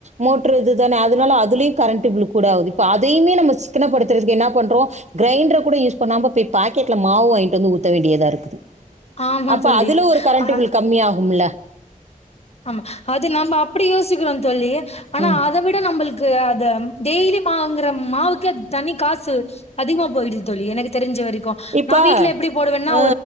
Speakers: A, on the right; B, on the left.
A: மோட்டர் இது தானே அதனால அதுலயும் கரண்ட்ழுக்கும் கூடது இப்ப அதையமே நம்ம சிக்கனப்படுத்துறக்கு என்ன பண்றோம் கிரைண்டர் கூட யூஸ் பண்ணாம இப்ப பாக்கெட்ல் மாவு வாங்கிட்டு வந்து ஊத வேண்டியத இருக்குது
B: ஆமா
A: அப்ப
B: தோழி
A: அதுல ஒரு கரண்ட்
B: ஆ
A: பில் கம்மி ஆகும்ல
B: ஆமா அது நம்ம அப்படி யோசிக்கிறோம் தோழி ஆனா
A: ம்.
B: அத விட நம்மளுக்கு அத டெய்லி வாங்கற மாவுக்கு தணி காசு அதிகமா போயிடு தோழி எனக்கு தெரிஞ்ச வரைக்கும்
A: இப்ப
B: நான் வீட்டுல எப்படி போடுவேன்னா
A: ஆ.